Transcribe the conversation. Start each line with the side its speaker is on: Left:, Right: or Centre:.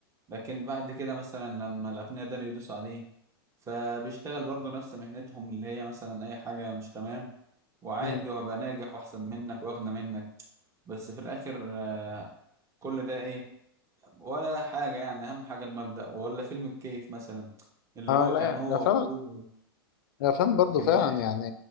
Right: لكن بعد كده مثلا لما الاغنياء ده اللي يدوسوا عليه فبيشتغل برضه نفس مهنتهم اللي هي مثلا اي حاجة مش تمام وعادي
Left: امم
Right: وهبقى ناجح واحسن منك واغنى منك بس في الاخر آه، كل ده ايه ولا حاجة يعني أهم حاجة المبدأ ولا فيلم الكيف مثلا اللي
Left: اه
Right: هو
Left: لا
Right: كان
Left: يعني
Right: هو
Left: الافلام
Right: وأخوه
Left: الافلام برضو
Right: كيميائي
Left: فعلا يعني